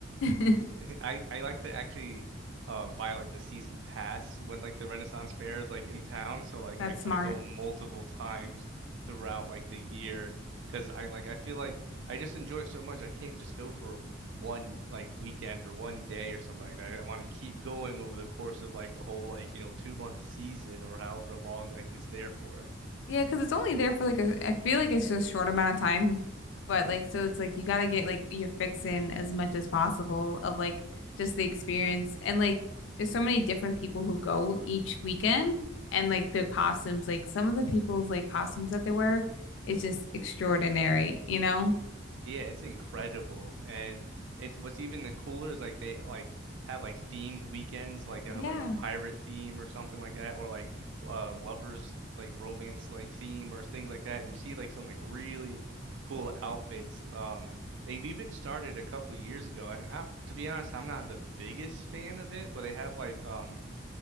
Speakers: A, on the left; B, on the right.
A: <laughs>
B: <laughs> I I like to actually uh buy like the season pass when like the Renaissance Fair is like in town, so like
A: That's
B: I
A: smart.
B: I go multiple times throughout like the year because I like I feel like I just enjoy it so much. I can't just go for one like weekend or one day or something like that. I, want to keep going over the course of like the whole like you know two month season or however long like it's there for.
A: Yeah, because it's only there for like a, I feel like it's just short amount of time. But like, so it's like you gotta get like your fix in as much as possible of like just the experience. And like, there's so many different people who go each weekend and like their costumes, like some of the people's like costumes that they wear, it's just extraordinary, you know?
B: Yeah, it's incredible. And it's what's even the cooler is like they like have like themed weekends, like they'll
A: Yeah.
B: have like a pirate theme or something like that, or like uh lovers like romance like theme or things like that. And you see like some like really cool outfits. Um they've even started a couple years ago. And I, to be honest, I'm not the biggest fan of it, but they have like um